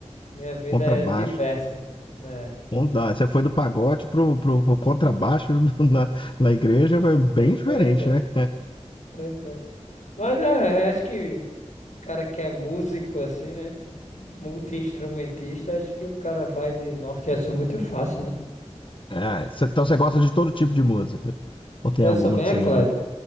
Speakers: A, on the left (about 80°); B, on the left (about 45°).
A: minha vida
B: contrabaixo.
A: é diversa. É,
B: Conta- Você foi do pagode pro, pro, pro contrabaixo <laughs> na, na igreja, foi bem diferente,
A: pois é,
B: né? <laughs>
A: pois é. Mas é, é, acho que cara que é músico assim, né? Tipo, multi-instrumentista, acho que o cara vai de norte a sul muito fácil, né?
B: Ah, cê- então você gosta de todo tipo de música? Ou tem
A: Eu
B: alguma
A: sou bem
B: que
A: eclético.
B: você não.